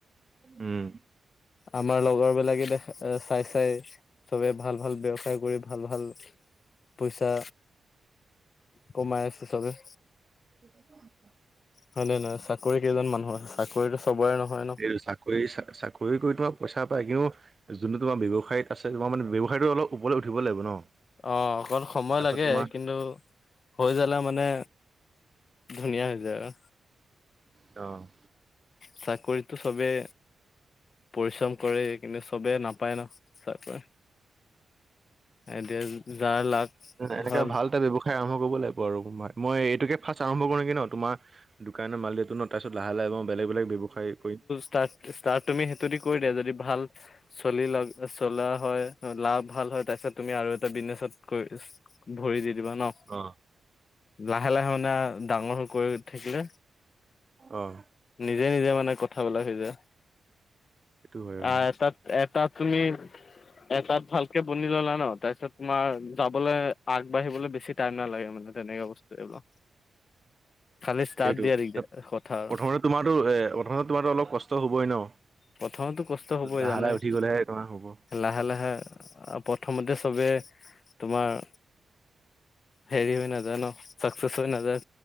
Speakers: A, on the right; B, on the left.
A: উম।
B: আমাৰ লগৰবিলাকে দেখ চাই চাই। চবে ভাল ভাল ব্যৱসায় কৰি ভাল ভাল পইচা কমাই আছে চবেই।
A: <inaudible>
B: হয় নে নহয়? চাকৰি কেইজন মানুহৰ, চাকৰিতো চবৰে নহয় ন'।
A: এই চাকৰি চাকৰি কৰি তোমাৰ পইচা পায় কিন্তু যোনটো তোমাৰ ব্যৱসায়ত আছে, তোমাৰ মানে ব্যৱসায়টো অলপ ওপৰলৈ উঠিব লাগিব ন'।
B: অ' অকন সময়
A: তাৰপিছত
B: লাগে
A: তোমাৰ
B: কিন্তু হৈ যালে মানে ধুনীয়া হৈ যায় আৰু।
A: অ'।
B: চাকৰিতো চবে পৰিশ্ৰম কৰে কিন্তু চবেই নাপায় ন' চাকৰি। এতিয়া যাৰ লাক
A: এনেকা
B: ভাল
A: এটা ব্যৱসায় আৰম্ভ কৰিব লাগিব আৰু মাই। মই এইটোকে ফাৰ্ষ্ট আৰম্ভ কৰোঁ নেকি ন' তোমাৰ দোকানে মাল দিয়াটো ন'? তাৰপিছত লাহে লাহে মই বেলেগ বেলেগ ব্যৱসাই কৰিম।
B: ষ্টাৰ ষ্টাৰ্ট তুমি সেইটোদি কৰি দিয়া যদি ভাল চলি লা চলা হয়, লাভ ভাল হয় তাৰপিছত তুমি আৰু এটা বিজনেছত কৰি ভৰি দি দিবা ন',
A: অ
B: লাহে লাহে মানে ডাঙৰ হৈ কৰি থাকিলে
A: অ'।
B: নিজে নিজে মানে কথাবিলাক হৈ যায়।
A: সেইটো হয়
B: আ,
A: অ
B: এটাত এটা তুমি এটাত ভালকে বনি ল'লা ন' তাৰপিছত তোমাৰ যাবলৈ আগবাঢ়িবলৈ বেছি টাইম নালাগে মানে। তেনেকা বস্তু এইবা। খালি ষ্টাৰ্ট
A: এইটো
B: দিয়া দিগদাৰ,
A: তা-
B: কথা আৰু।
A: প্ৰথমতে তোমাৰতো এ, প্ৰথমে তোমাৰটো অলপ কষ্ট হ'বই ন'।
B: প্ৰথমেতো কষ্ট হ'বই
A: লাহে
B: জানেই।
A: লাহে উঠি গলেহে তোমাৰ হ'ব
B: লাহে লাহে আ, প্ৰথমতে চবে তোমাৰ হেৰি হৈ নাযায় ন' চাকচেচ হৈ নাযায়